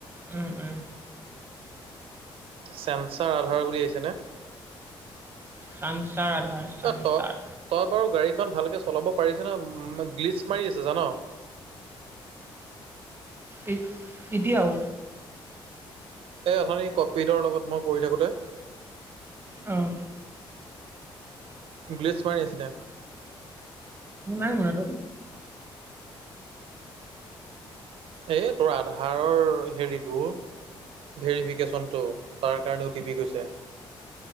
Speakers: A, on the right (about 25°); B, on the right (about 80°).
A: উম উম।
B: চেন্ঞ্চাৰ আধাৰ বুলি আহিছে ন।
A: চানচাৰ আধাৰ। চানচাৰ
B: অ', তই-তই বাৰু গাড়ীখন ভালকে চলাব পাৰিছনে? গ্লিচ মাৰি আছে জান'।
A: এই এতিয়াও
B: এই অথনি কপিতৰ লগত মই বহি থাকোতে
A: অ'।
B: গ্লিছ মাৰি আছিলে।
A: মোৰ নাই মৰাটো।
B: এই তোৰ আধাৰৰ হেৰিটো অ'। ভেৰিফিকেশ্যনটো, তাৰ কাৰণে অ টি পি গৈছে।